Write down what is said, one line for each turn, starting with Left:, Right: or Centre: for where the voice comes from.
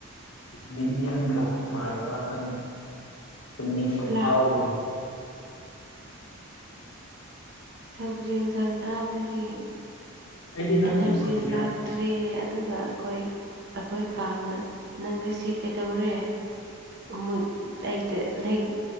Left: ꯃꯤ ꯌꯟ ꯂꯥꯛꯄ ꯃꯥꯜꯂꯤꯕ ꯃꯥꯪ ꯇꯨꯝꯅꯤꯡꯕ
Right: ꯂꯥꯛ
Left: ꯐꯥꯎꯒꯅꯤ
Right: ꯁꯧꯔꯤ ꯏꯟꯁꯥꯡ ꯆꯥꯕꯗꯒꯤ
Left: ꯑꯩꯗꯤ ꯅꯪꯒꯤ
Right: ꯏꯅꯔꯖꯤ
Left: ꯈꯨꯟꯖꯦꯜ
Right: ꯂꯥꯛ ꯛꯇ꯭ꯔꯤ ꯑꯗꯨꯒ ꯑꯩꯈꯣꯏ ꯑꯩꯈꯣꯏ ꯀꯥꯡꯅ ꯅꯪꯒꯁꯤ ꯀꯩꯗꯧꯔꯦ ꯃꯨꯠ ꯂꯩꯇꯦ ꯂꯩ